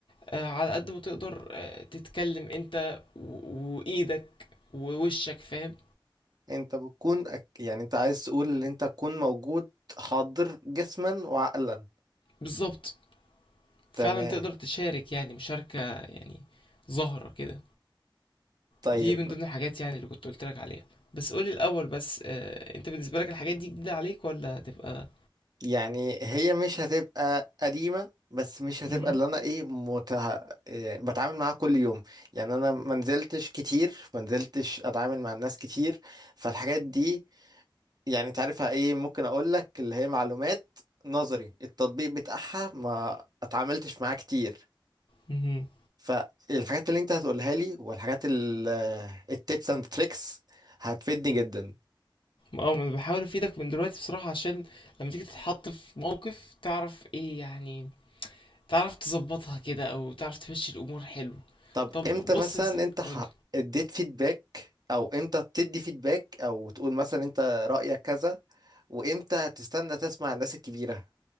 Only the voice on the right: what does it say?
انت بتكون أك- يعني انت عايز تقول ان انت تكون موجود حاضر جسما وعقلا
تمام
طيب
يعني هي مش هتبقى قديمة بس مش هتبقى
اللي انا ايه متع... إيه بتعامل معاها كل يوم يعني انا ما نزلتش كتير ما نزلتش اتعامل مع الناس كتير فالحاجات دي يعني تعرفها ايه ممكن اقول لك اللي هي معلومات نظري التطبيق بتاعها ما اتعاملتش معاه كتير
فالحاجات اللي انت هتقولها لي والحاجات التيبس اند تريكس هتفيدني جدا
طب
امتى
مثلا
انت ح-
اديت فيدباك او امتى بتدي فيدباك او تقول مثلا انت رأيك كذا وامتى هتستنى تسمع الناس الكبيرة